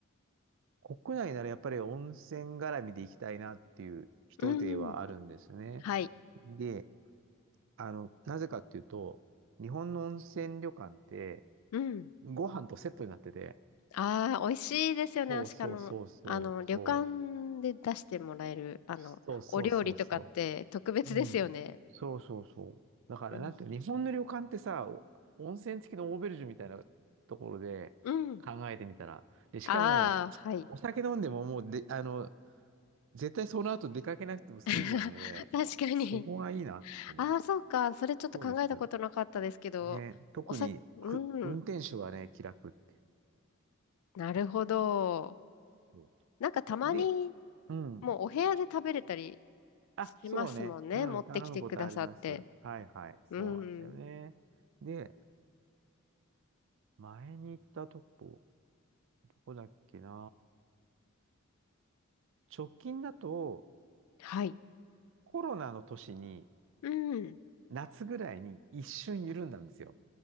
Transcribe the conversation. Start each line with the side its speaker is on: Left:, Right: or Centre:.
Right: う。国内ならやっぱり温泉絡みで行きたいなっていう人ではあるんですね。
Left: うん。はい。
Right: で、あの、なぜかっていうと、日本の温泉旅館って、
Left: うん。
Right: ご飯とセットになってて、
Left: ああ、美味しいですよね。
Right: そうそうそうそう、
Left: しかも、あの、
Right: そう、
Left: 旅館で出してもらえる、あの、
Right: そうそうそうそ
Left: お料理とかって特別ですよね。
Right: う。うん。そうそうそう。だから、
Left: うん。
Right: なんていうの日本の旅館ってさ、お温泉付きのオーベルジュみたいなところで考えてみたら。
Left: うん。
Right: で、しかも、
Left: ああ、はい。
Right: お酒飲んでももうで、あの、絶対その後出かけなくても済んじゃうので、
Left: <laughs> 確かに。
Right: そこがいいなってね。
Left: ああ、そうか。それちょっと考えたことなかったですけど、
Right: そうです。ね、特にく、
Left: おさ、うん。
Right: 運転手はね、気楽って。
Left: なるほど。
Right: そ
Left: なんかたまに、
Right: うで、うん。
Left: もうお部屋で食べれたり、
Right: あ、
Left: しますもんね。
Right: そうね。うん、
Left: 持ってきてくださって。
Right: 頼むことあります。はいはい。そうなんだよね。
Left: うん。
Right: で、前に行ったとこ、どこだっけな直近だと、
Left: はい。
Right: コロナの年に、
Left: うん。
Right: 夏ぐらいに一瞬緩んだんですよ。